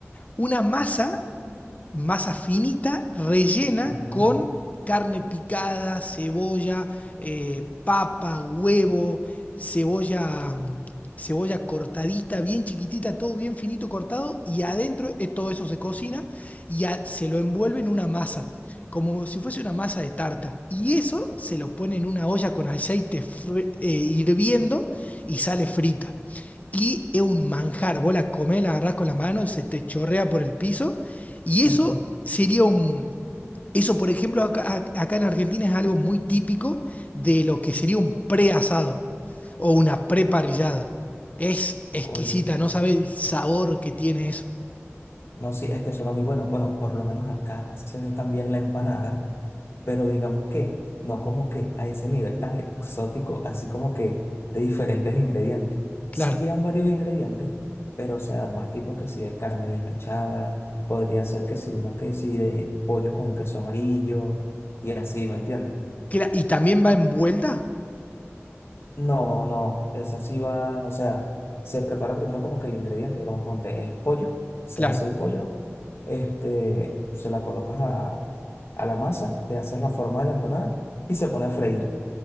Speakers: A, on the left; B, on the left.
A: una masa masa finita, rellena
B: ujú.
A: con carne picada, cebolla, eh, papa, huevo, cebolla, mm, cebolla cortadita, bien chiquitita, todo bien finito cortado, y adentro eh, todo eso se cocina y a- se lo envuelve en una masa, como si fuese una masa de tarta. Y eso se lo pone en una olla con aceite fri- eh, hirviendo y sale frita. Y es un manjar, vos la comés, la agarrás con la mano, se te chorrea por el piso y
B: <laughs>
A: eso sería un... Eso, por ejemplo, acá, acá en Argentina es algo muy típico de lo que sería un preasado o una preparrillada. Es exquisita,
B: Coño.
A: no sabe el sabor que tiene eso.
B: No, sí, es que suena muy bueno. Bueno, por lo menos acá se ve también la empanada, pero digamos que no como que a ese nivel tan exótico, así como que de diferentes ingredientes. Sí
A: Claro.
B: llevan varios ingredientes, pero o sea, más tipos que si de carne desmechada, podría ser que si una que si de pollo con queso amarillo y así, ¿me entiendes?
A: Cla- ¿Y también va envuelta?
B: No, no, esa sí va, o sea, se prepara primero como que el ingrediente, digamos, ponte, es pollo, se
A: Claro.
B: hace el pollo, este, se la colocas a, a la masa, le haces la forma de la empanada y se pone a freír.